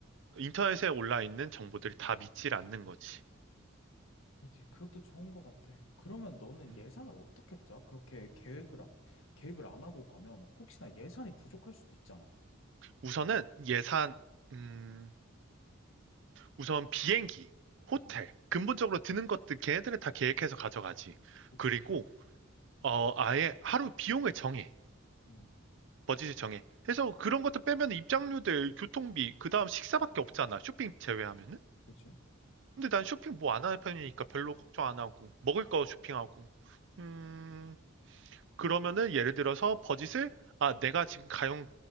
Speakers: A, on the right; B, on the left.
A: 인터넷에 올라 있는 정보들이 다 믿질 않는 거지.
B: 그치, 그것도 좋은 것 같아. 그러면 너는
A: 음,
B: 예산을 어떻게 짜? 그렇게 계획을, 아- 계획을 안 하고 가면 혹시나 예산이 부족할 수도 있잖아.
A: 우선은 예산, 음, 우선 비행기, 호텔,
B: 응
A: 근본적으로 드는 것들 걔네들은 다 계획해서 가져가지.
B: 그치.
A: 그리고 어, 아예 하루 비용을 정해.
B: 응,
A: 버짓을 정해. 해서 그런 것도 빼면 입장료들, 교통비, 그 다음 식사밖에 없잖아. 쇼핑 제외하면은.
B: 그치?
A: 근데 난 쇼핑 뭐 안 하는 편이니까 별로 걱정 안 하고. 먹을 거 쇼핑하고. 음, 그러면은 예를 들어서 버짓을, 아, 내가 지금 가용